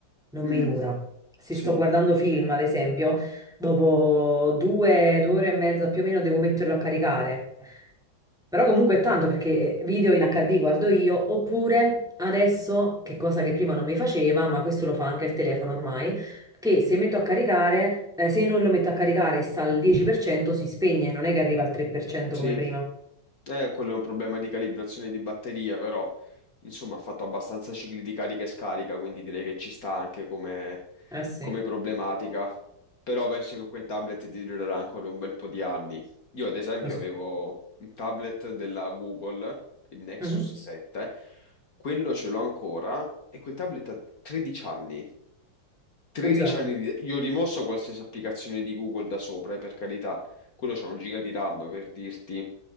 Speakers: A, in the centre; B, on the left (about 50°).
A: non
B: Mm,
A: mi dura. Se
B: sì,
A: sto guardando film, ad esempio, dopo due, due ore e mezza più o meno devo metterlo a caricare. Però comunque è tanto perché eh, video in HD guardo io, oppure adesso, che cosa che prima non mi faceva, ma questo lo fa anche il telefono ormai, che se metto a caricare, eh, se non lo metto a caricare e sta al 10% si spegne, non è che arriva al 3%
B: sì.
A: come prima.
B: Eh, quello è un problema di calibrazione di batteria, però insomma ha fatto abbastanza cicli di carica e scarica, quindi direi che ci sta anche come,
A: Eh sì,
B: come problematica. Però penso che quel tablet ti durerà ancora un bel po' di anni. Io ad esempio
A: lo s-
B: avevo un tablet della Google, il Nexus
A: Mhm,
B: 7, quello ce l'ho ancora e quel tablet ha 13 anni. 13
A: Funziona.
B: anni di... Io ho rimosso qualsiasi applicazione di Google da sopra, eh, per carità. Quello c'ha un giga di RAM per dirti.